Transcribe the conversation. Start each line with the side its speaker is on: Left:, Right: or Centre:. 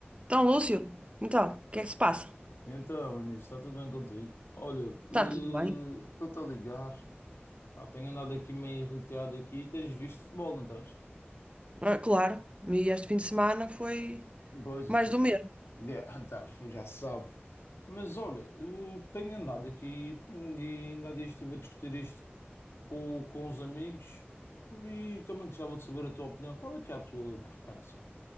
Right: Então, Lúcio, então, o que é que se passa?
Left: Então, Nisso, está tudo bem contigo? Olha,
Right: Está
Left: eh,
Right: tudo bem?
Left: estou-te a ligar. Ah, tenho andado aqui meio irritado aqui. Tens visto futebol, não tens?
Right: Ah, claro, e este fim de semana foi
Left: Pois, gente.
Right: mais do mesmo.
Left: Yeah, <laughs> então, já sabe. Mas olha, eu tenho andado aqui e ainda há dias estive a discutir isto com, com os amigos e também gostava de saber a tua opinião. Qual é que é a tua preferência?